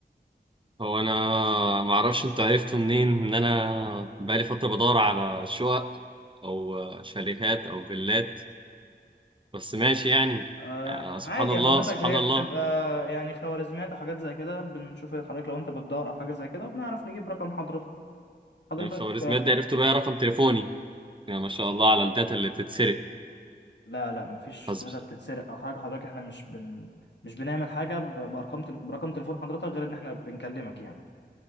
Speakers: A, on the right; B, on the left.
A: هو انا ما اعرفش انت عرفته منين ان انا بقالي فتره بدور على شقق او شاليهات او فيلات بس ماشي يعني
B: أه
A: آه، سبحان
B: عادي
A: الله
B: يا حضرتك
A: سبحان
B: هي
A: الله
B: بتبقى يعني خوارزميات وحاجات زي كده بنشوف حضرتك لو انت بتدور او حاجه زي كده وبنعرف نجيب رقم حضرتك حضرتك
A: من الخوارزميات دي عرفت بقى رقم تليفوني يا ما شاء الله على الداتا اللي بتتسرق
B: لا لا مفيش
A: حسبي
B: داتا بتتسرق او حاجه حضرتك احنا مش بن مش بنعمل حاجه ب- بارقام تل... برقم تليفون حضرتك غير ان احنا بنكلمك يعني